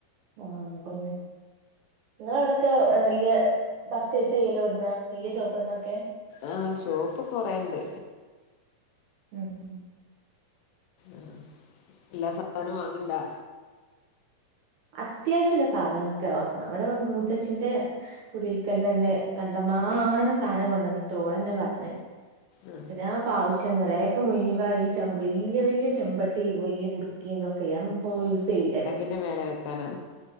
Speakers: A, on the right; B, on the left.
A: ആഹ് പർഞ്ഞ്. ഇങ്ങളവടൊക്ക ഏഹ് വല്ല്യ പർച്ചേസിയ്യല് എവ്ട്ന്ന വല്ല്യ ഷോപ്പ്ന്നൊക്കെ?
B: ആഹ് ഷോപ്പ് കൊറേണ്ട്.
A: ഉം ഉം.
B: ആഹ് എല്ലാ സാധനും വാങ്ങ്ൺണ്ടാ?
A: അത്യാവ്ശ്യള്ള സാധനൊക്കെ വാങ്ങ വടെപ്പ മൂത്തച്ചിന്റെ കുടിൽക്കൽന്നെന്നെ. കണ്ടമാനം സാനം കൊണ്ടെന്നിട്ട് ഓളെന്നെ പർഞ്ഞ്
B: ആ
A: എത്തിനാപ്പം ആവ്ശ്യംന്ന് റേ ക്ക് മുയ് വ ഈ ചെ വല്ല്യ വല്ല്യ ചെമ്പട്ടി വല്ല്യ കുട്ക്കി ന്തൊക്കെ അ ഒന്നുപ്പൊ യൂസെയ്യില്ലല്ലോ.
B: ന്റെ മേലെ വെക്കാനാ.